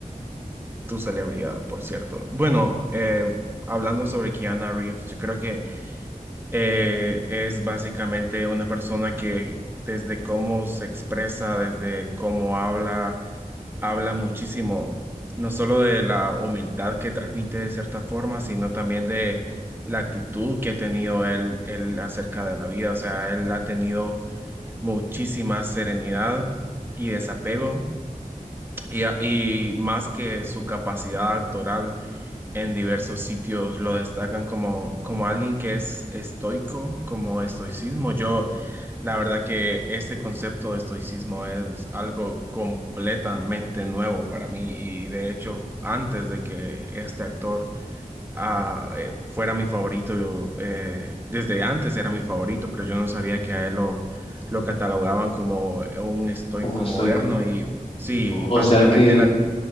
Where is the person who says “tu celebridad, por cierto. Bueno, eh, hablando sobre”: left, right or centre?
Right